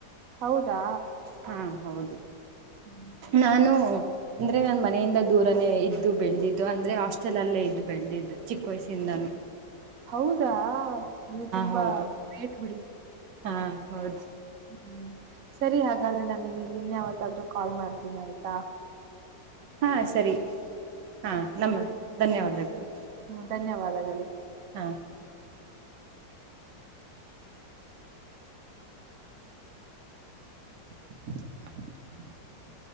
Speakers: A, on the right; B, on the right.
A: ಹೌದಾ
B: ಹಾ ಹೌದು.
A: ಹ್ಮ್
B: ನಾನು ಅಂದ್ರೆ ನಾನ್ ಮನೆಯಿಂದ ದೂರನೇ ಇದ್ದು ಬೆಳೆದಿದ್ದು ಅಂದ್ರೆ ಹಾಸ್ಟೆಲ್ ಅಲ್ಲೇ ಇದ್ದು ಬೆಳೆದಿದ್ದು. ಚಿಕ್ಕ ವಯಸಿಂದಾನು
A: ಹೌದಾ ನೀವು ತುಂಬಾ
B: ಹೌದು
A: ಗ್ರೇಟ್ ಬಿಡಿ.
B: ಹಾ ಹೌದು
A: ಹ್ಮ್ ಸರಿ ಹಾಗಾದ್ರೆ ನಾನ್ ನಿಮಗ್ ಇನ್ ಯಾವತ್ತಾದ್ರು ಕಾಲ್ ಮಾಡ್ತೀನಿ ಆಯ್ತಾ.
B: ಹಾ ಸರಿ ಹಾ ನಮ್ ಧನ್ಯವಾದಗಳು.
A: ಹ್ಮ ಧನ್ಯವಾದಗಳು.
B: ಹಾ
A: <inaudible>